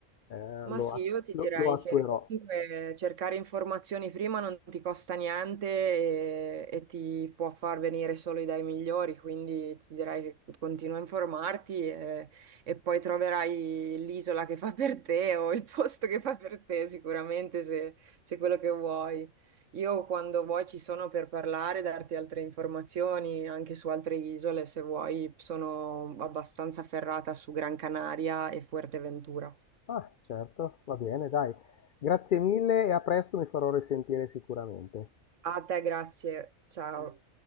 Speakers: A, on the left (about 75°); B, on the right (about 65°).
A: eh,
B: Ma
A: lo,
B: sì,
A: at-
B: io ti
A: lo-
B: direi
A: lo attuerò.
B: che comunque cercare informazioni prima non ti costa niente e, e ti può far venire solo idee migliori, quindi ti direi che continua a informarti e, e poi troverai l'isola che fa per te o il posto che fa per te sicuramente se, se quello che vuoi. Io quando vuoi ci sono per parlare, darti altre informazioni anche su altre isole, se vuoi, sono abbastanza ferrata su Gran Canaria e Fuerteventura.
A: Ah, certo, va bene, dai. Grazie mille e a presto mi farò risentire sicuramente.
B: A te grazie, ciao.